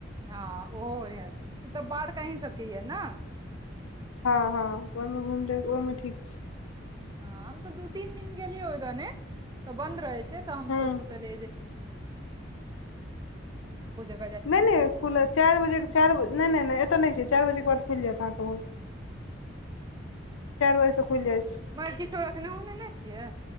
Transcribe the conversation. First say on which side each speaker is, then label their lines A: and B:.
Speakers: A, on the right; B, on the left.
A: हँ ओहो छै ई त बाढ़ कहीं सबके ये ने
B: हँ हँ ओहिमे घुम ले ओहिमे ठीक छिये
A: हँ आम त दू तीन दिन गेलल हो त ने त बन्द रहै छै से त
B: हँ
A: सास ससुर <unintelligible>
B: नहि नहि खुलत चारि बजे चि बजे नहि नहि नहि एतय नहि छै चारि बजेके बाद खुलि जायत अहाँकेँ ओ चार बजेसे खुलि जाइ छै
A: म किछो एखने उनेने छियै